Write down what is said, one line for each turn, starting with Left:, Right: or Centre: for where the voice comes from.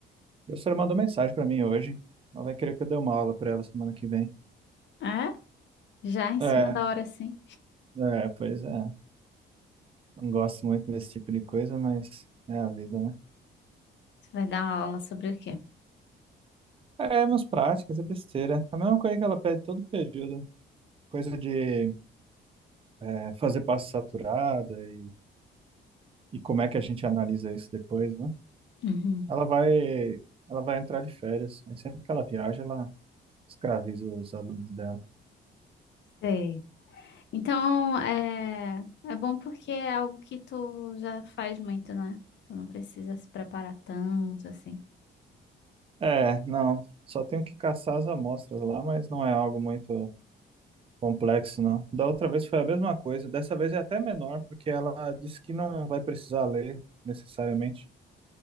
Right: A professora mandou mensagem pra mim hoje. Ela vai querer que eu dê uma aula pra ela semana que vem.
Left: É? Já em
Right: É,
Left: cima da hora, sim.
Right: é, pois é. Não gosto muito desse tipo de coisa, mas é a vida, né?
Left: Você vai dar uma aula sobre o quê?
Right: É, umas práticas, é besteira. É A mesma coisa que ela pede todo período. Coisa de é, fazer passo saturada e, e como é que a gente analisa isso depois, né?
Left: Uhum.
Right: Ela vai, ela vai entrar de férias. Aí sempre que ela viaja, ela escraviza os alunos dela.
Left: Sei. Então, é, é bom porque é algo que tu já faz muito, né? Tu não precisa se preparar tanto, assim.
Right: É, não. Só tenho que caçar as amostras lá, mas não é algo muito complexo, não. Da outra vez foi a mesma coisa. Dessa vez é até menor, porque ela disse que não vai precisar ler necessariamente.